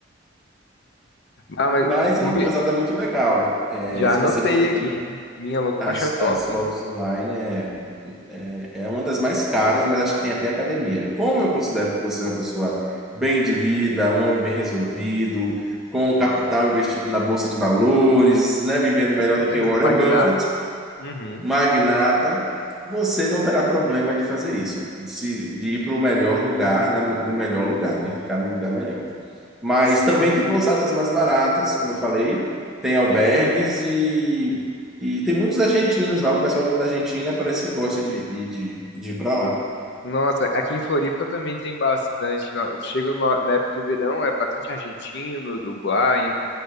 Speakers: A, on the left; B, in the centre.
A: Ah, mas
B: Mas
A: mu-
B: é uma pousada muito legal. É,
A: já
B: se
A: anotei
B: você for
A: aqui.
B: ver
A: Minha louca
B: as,
A: pra achar o top.
B: as fotos
A: hein?
B: online, é, é, é uma das mais caras, mas acho que tem até academia. Como eu considero que você é uma pessoa bem de vida, um homem bem resolvido, com um capital investido na bolsa de valores, né, vivendo
A: Com
B: melhor
A: certeza.
B: do que Warren
A: Magnata.
B: Buffett,
A: Uhum.
B: magnata, você não terá problema de fazer isso, se- de ir para o melhor lugar, na- no melhor lugar, né? Ficar no lugar melhor. Mas
A: Sim.
B: também tem pousadas mais baratas, como eu falei, tem albergues e, e tem muitos argentinos lá. O pessoal da Argentina parece que gosta de, de, de, de ir para lá.
A: Nossa, aqui em Floripa também tem bastante. No- Chega no- na época do verão, é bastante argentino, uruguaio.